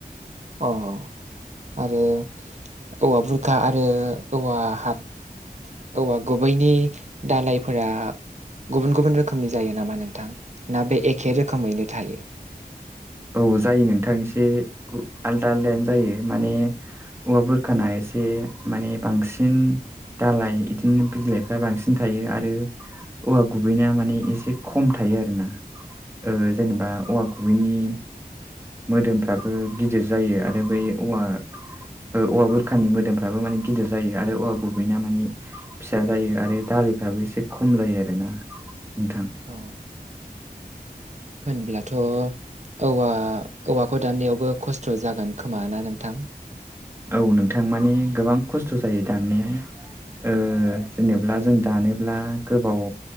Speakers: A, on the right; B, on the right.
A: अ' आरो औवा बुरखा आरो औवा फाथ औवा गुबैनि दालायफोरा गुबुन गुबुन रोखोमनि जायो नामा नोंथां? ना बे एखे रोखोमैनो थायो।
B: औ जायो नोंथां एसे आलदा आलदायानो जायो। माने औवा बुरखाना एसे माने बांसिन दालाय इदिनो बिलायफ्रा बांसिन थायो। आरो औवा गुबैना माने एसे खम थायो आरो ना। ओ जेनेबा
A: अ
B: औवा गुबैनि मोदोमफ्राबो गिदिर जायो। आरो बै औवा ओ औवा बोरखानि मोदोमफ्राबो माने गिदिर जायो। आरो औवा गुबैना माने फिसा जायो आरो दालिफ्राबो एसे खम जायो आरोना नोंथां।
A: औ होनब्लाथ' औवा औवाखौ दाननायावबो खस्थ' जागोन खोमा ना नोंथां।
B: औ नोंथां माने गोबां खस्थ' जायो। दाननायाव ओ जेनेब्ला जों दानोब्ला गोबाव